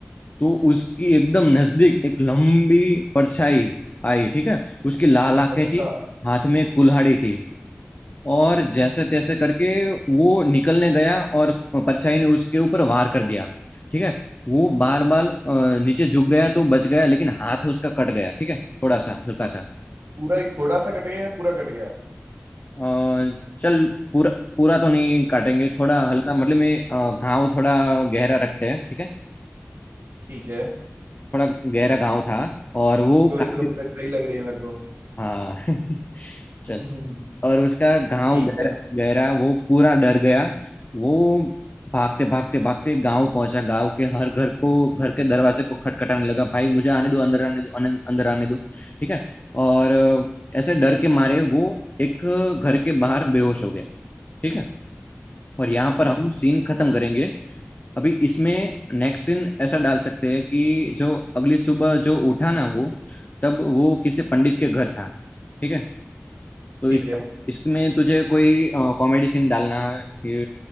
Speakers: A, on the left; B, on the right.
A: तो उसकी एकदम नजदीक एक लंबी परछाई आई ठीक है उसकी लाल आंखें
B: अच्छा
A: थी हाथ में एक कुल्हाड़ी थी और जैसे तैसे करके वो निकलने गया और परछाई ने उसके ऊपर वार कर दिया ठीक है वो बार बार अ, नीचे झुक गया तो बच गया लेकिन हाथ उसका कट गया ठीक है थोड़ा सा हल्का सा
B: पूरा ही थोड़ा सा कट गया या पूरा कट गया
A: अ, चल पूरा पूरा तो नहीं काटेंगे थोड़ा हल्का
B: ठीक
A: मतलब
B: है
A: में अ, घाव थोड़ा गहरा रखते हैं ठीक है
B: ठीक है
A: थोड़ा गहरा घाव था और वो
B: स्टोरी
A: काफी
B: तो अभी तक सही लग रही है मेरे को
A: हाँ <laughs> चल
B: <laughs>
A: और उसका घाव
B: ठीक
A: गहरा
B: है
A: गहरा वो पूरा डर गया वो भागते भागते भागते गांव पहुंचा गांव के हर घर को घर के दरवाजे को खटखटाने लगा भाई मुझे आने दो अंदर आने दो अन- अंदर आने दो ठीक है और अ, ऐसे डर के मारे वो एक घर के बाहर बेहोश हो गया ठीक है और यहाँ
B: अच्छा
A: पर हम सीन खत्म करेंगे अभी इसमें नेक्स्ट सीन ऐसा डाल सकते हैं कि जो अगली सुबह जो उठा ना वो तब वो किसी पंडित के घर था ठीक है तो
B: ठीक
A: इस
B: है
A: इसमें तुझे कोई कॉमेडी सीन डालना ये